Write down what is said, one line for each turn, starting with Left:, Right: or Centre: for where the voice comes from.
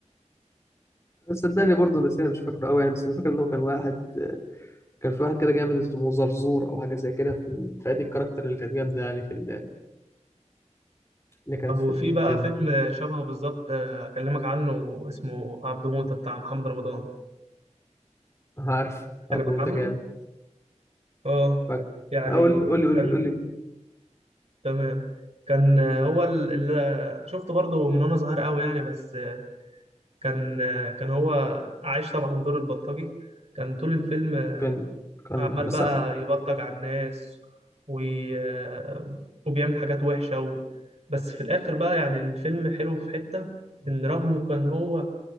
Left: صدقني برضه بس انا مش فاكره قوي يعني بس انا فاكر ان هو كان واحد كان في واحد كده جامد اسمه زرزور او حاجه زي كده في فادي الكاركتر اللي كانت جامده يعني في ال- اللي كانت
Right: طب
Left: في
Right: وفي
Left: الفيلم
Right: بقى فيلم شبهه بالظبط آه، اكلمك عنه اسمه عبده موتة بتاع محمد رمضان
Left: عارف
Right: اكلمك
Left: عبد المنتج
Right: عنه
Left: جامد
Right: اه
Left: فقول
Right: يعني
Left: قول قول لي قول
Right: كان
Left: لي قول لي
Right: تمام كان آه، هو اللي شفته برضه من وانا صغير قوي يعني بس آه، كان آه، كان هو عايش طبعا دور البلطجي كان طول الفيلم آه،
Left: كان كان
Right: عمال
Left: بس
Right: بقى يبلطج على الناس وي... آه، وبيعمل حاجات وحشة و... بس في الاخر بقى يعني الفيلم حلو في حتة ان رغم كان هو